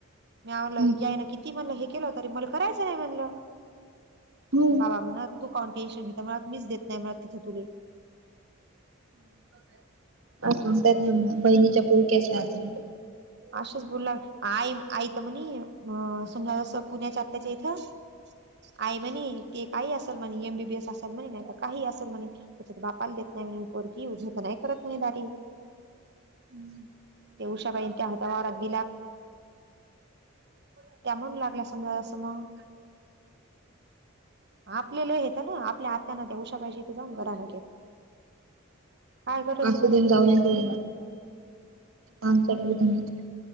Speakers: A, on the right; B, on the right.
A: मी आलं
B: हम्म
A: याई ना किती म्हणलं हे केलं तरी मलं करायचं नाही म्हणलं.
B: हो
A: बाबा म्हणा तू काउन टेन्शन घेते म्हत म मिस देत नाही म्ह तिथं तुला हो
B: हा सांगतात ना म्ह बहिणीच्या पुळक्याच्या आदणी पण
A: असंच बोलला आई आई त म्हणे समजा जस पुण्याच्या आत्याच्या इथं आय म्हणे ते काही असेल म्हणे एमबीबीएस असाल म्हणे नाही का काही असेल म्हणे त्यांच्या बापाला देत नाही म्हणे पोरगी उझत नाही करत म्हणे दारी
B: हम्म
A: ते उषाबाई त्या होता वारात त्या मग लागल्या समजा जसं मग आपल्याला हच ना आपल्या आत्याना ते उशा पाहिजे ते जाऊन घरा नकेत. काय कराच
B: असू
A: बरं.
B: देऊन जाऊ नये तेवढं मला काम चालू हम्म